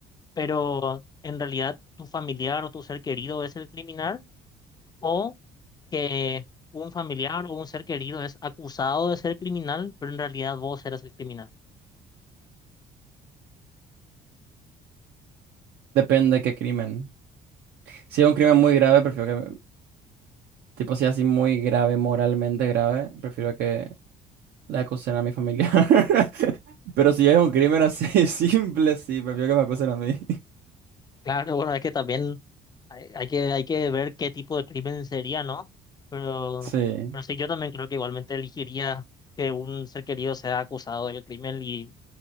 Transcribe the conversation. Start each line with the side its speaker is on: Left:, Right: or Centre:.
Left: pero en realidad tu familiar o tu ser querido es el criminal, o que un familiar o un ser querido es acusado de ser criminal, pero en realidad vos eres el criminal.
Right: Depende qué crimen. Si es un crimen muy grave, prefiero que, tipo, si es así muy grave, moralmente grave, prefiero que la acusen a mi familia. <laughs> Pero si es un crimen así <laughs> simple, sí, prefiero que me acusen a mí. <laughs>
Left: Claro, bueno, es que también hay, hay que, hay que ver qué tipo de crimen sería, ¿no? Pero,
Right: Sí.
Left: pero sí, yo también creo que igualmente elegiría que un ser querido sea acusado del crimen y,